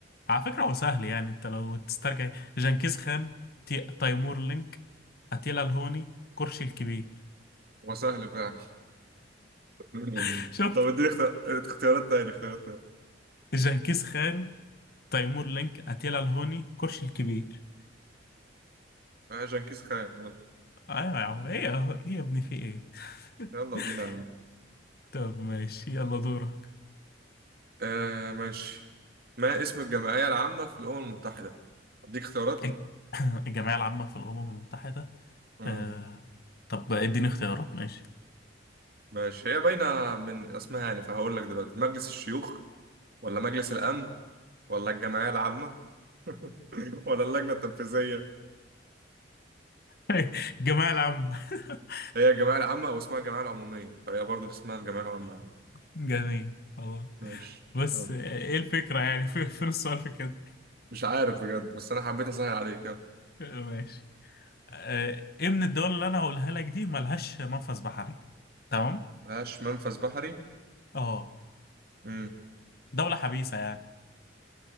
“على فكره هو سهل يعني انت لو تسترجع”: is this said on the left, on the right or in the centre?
Left